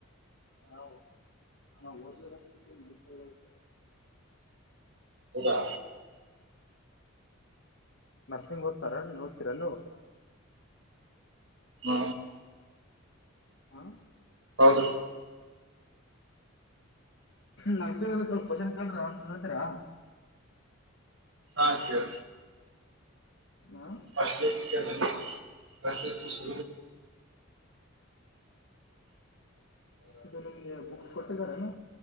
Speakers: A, on the left (about 55°); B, on the right (about 60°).
A: ನಾವು ನಾವು ಓದುಲಿಲ್ಲ <unintelligible>
B: ಹೌದಾ
A: ನರ್ಸಿಂಗ್ ಓದ್ತಾರ ನೋಡ್ತೀರಲ್ಲ
B: ವ
A: ಆ
B: ಹೌದು
A: ನಾನ್ ಸ್ವಲ್ಪಷನ ಕೇಲ್ದ್ರೆ ಹೇಳ್ತೀರಾ
B: ಹಾ ಕೇಳು
A: ಹಾ
B: ಅಷಟಿಷ್ಷ್ಟಲಿ ಬಂತು ಸು ಸು
A: ಇದು ನಿಮ್ಗೆ ಬುಕ್ಸ್ ಕೊಟ್ಟಿದ್ದಾರೇನು